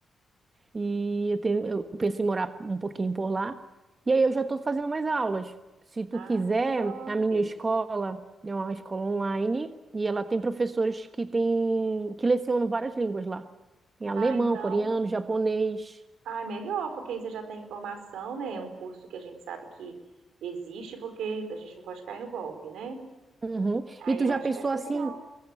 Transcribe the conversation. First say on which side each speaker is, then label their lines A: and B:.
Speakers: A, on the right (about 40°); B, on the right (about 80°).
A: e eu, tenho, eu penso em morar um pouquinho por lá. E aí eu já estou fazendo mais aulas. Se tu
B: Ah,
A: quiser,
B: que top.
A: a minha escola é uma escola online e ela tem professores que tem, que lecionam várias línguas lá. Tem alemão,
B: Ah, então.
A: coreano, japonês.
B: Ah, é melhor, porque aí você já tem informação, né? É um curso que a gente sabe que existe, porque a gente não pode cair no golpe, né?
A: Uhum.
B: Aí
A: E tu
B: eu
A: já
B: acho
A: pensou
B: que vai ser
A: assim
B: legal.